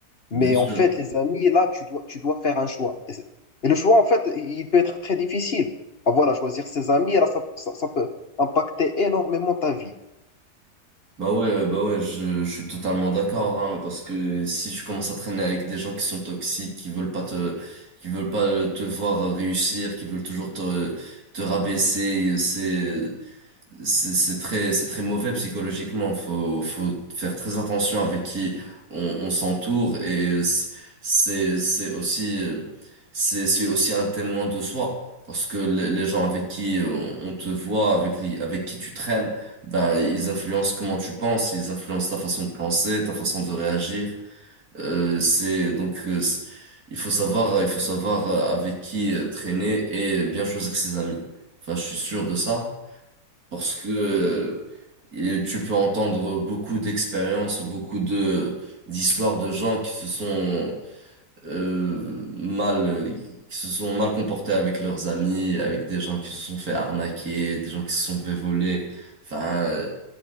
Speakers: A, on the left; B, on the right.
A: Mais
B: bien sûr.
A: en fait, les amis, là, tu dois, tu dois faire un choix. Et, c'est- et le choix, en fait, il peut être très difficile. Ah, voilà, choisir ses amis, là, ça, ça, ça peut impacter énormément ta vie.
B: Bah ouais, euh, bah ouais, je, je suis totalement d'accord, hein, parce que si tu commences à traîner avec des gens qui sont toxiques, qui veulent pas te, qui veulent pas te voir réussir, qui veulent toujours te, te rabaisser, c'est, c'est c'est très, c'est très mauvais psychologiquement. Faut, faut faire très attention avec qui on, on s'entoure et c'est, c'est c'est aussi, euh, c'est, c'est aussi un témoin de soi. Parce que les les gens avec qui on on te voit, avec, qui- avec qui tu traînes, ben, ils influencent comment tu penses, ils influencent ta façon de penser, ta façon de réagir. Euh, c'est, donc, euh, c'est- il faut savoir, il faut savoir euh, avec qui euh, traîner et bien choisir ses amis. Enfin, je suis sûr de ça parce que euh, tu peux entendre beaucoup d'expériences, beaucoup de d'histoires de gens qui se sont euh, mal qui se sont mal comportés avec leurs amis, avec des gens qui se sont fait arnaquer, des gens qui se sont fait voler. Enfin,